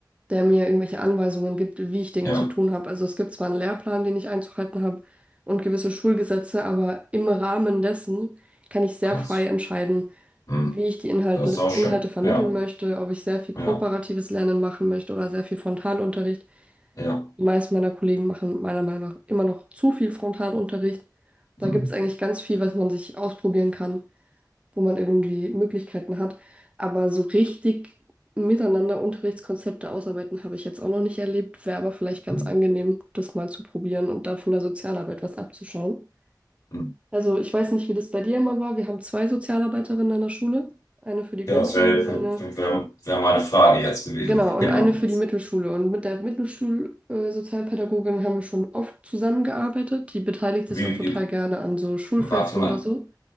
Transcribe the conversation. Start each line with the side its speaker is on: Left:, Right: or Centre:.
Right: der mir irgendwelche Anweisungen gibt, wie ich Dinge
Left: Ja,
Right: zu tun habe. Also es gibt zwar einen Lehrplan, den ich einzuhalten habe und gewisse Schulgesetze, aber im Rahmen dessen kann ich sehr
Left: kannst.
Right: frei entscheiden,
Left: Hm.
Right: wie ich die Inhalte,
Left: Das ist auch schön.
Right: Inhalte vermitteln
Left: Ja,
Right: möchte, ob ich sehr viel
Left: ja,
Right: kooperatives Lernen machen möchte oder sehr viel Frontalunterricht.
Left: ja.
Right: Die meisten meiner Kollegen machen meiner Meinung nach immer noch zu viel Frontalunterricht. Da
Left: Hm,
Right: gibt es eigentlich ganz viel, was man sich ausprobieren kann wo man irgendwie Möglichkeiten hat. Aber so richtig miteinander Unterrichtskonzepte ausarbeiten habe ich jetzt auch noch nicht erlebt. Wäre aber vielleicht ganz
Left: hm,
Right: angenehm, das mal zu probieren und da von der Sozialarbeit was abzuschauen.
Left: hm.
Right: Also ich weiß nicht, wie das bei dir immer war. Wir haben zwei Sozialarbeiterinnen an der Schule. Eine für die Grundschule
Left: Ja, das wäre
Right: und eine,
Left: wär, wär wär meine Frage jetzt gewesen.
Right: genau,
Left: <laughs>
Right: und
Left: Genau.
Right: eine für die Mittelschule. Und mit der Mittelschul-Sozialpädagogin haben wir schon oft zusammengearbeitet. Die beteiligt sich
Left: Wie,
Right: auch total
Left: wie,
Right: gerne an so Schulfesten
Left: warte mal.
Right: oder so.